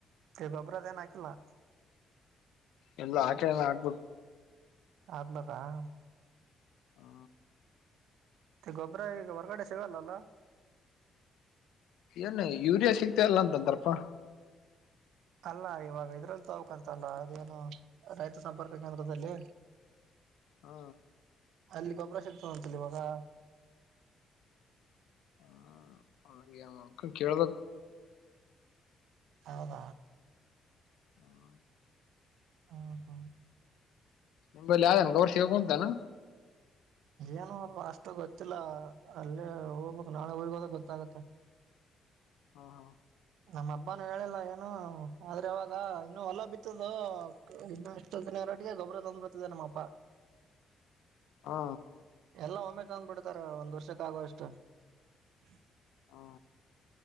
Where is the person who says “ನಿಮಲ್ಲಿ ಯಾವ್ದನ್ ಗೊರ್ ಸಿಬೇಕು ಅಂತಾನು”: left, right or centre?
Left